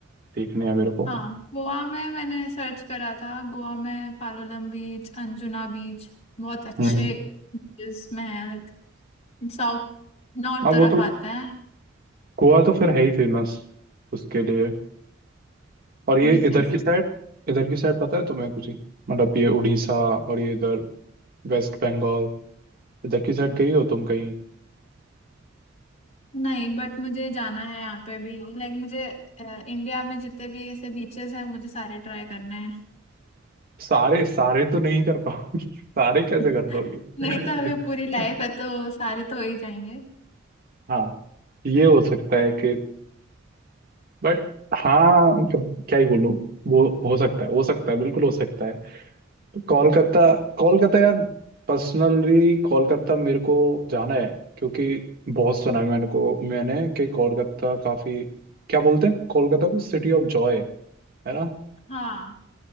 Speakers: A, on the right; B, on the left.
A: देखने हैं मेरे को
B: हाँ गोवा में मैंने सर्च करा था गोवा में पालोलम बीच अंजुना बीच बहुत अच्छे
A: हम्म
B: बीचेस में है लाइक साउथ नॉर्थ
A: अब
B: तरफ
A: वो तो
B: आते हैं
A: गोवा तो फिर है ही फेमस उसके लिए और ये
B: बीचेस
A: इधर की साइड इधर की साइड पता है तुम्हें कुछ ही? मतलब ये उड़ीसा और ये इधर वेस्ट बंगाल इधर की साइड गई हो तुम कहीं
B: नहीं बट मुझे जाना है यहाँ पे भी लाइक मुझे अ, इंडिया में जितने भी ऐसे बीचेस हैं मुझे सारे ट्राई करना है
A: सारे सारे तो नहीं कर पाओगे <laughs> सारे कैसे
B: <laughs>
A: कर लोगे
B: नहीं
A: <laughs>
B: तो अभी पूरी लाइफ है तो सारे तो हो ही जाएंगे
A: हाँ ये हो सकता है कि बट हाँ अब क्या ही बोलूं वो हो सकता है हो सकता है बिल्कुल हो सकता है कोलकाता कोलकाता यार पर्सनली कोलकाता मेरे को जाना है क्योंकि बहुत सुना है मैंने को मैंने कि कोलकाता काफी क्या बोलते हैं कोलकाता को सिटी ऑफ जॉय है ना
B: हाँ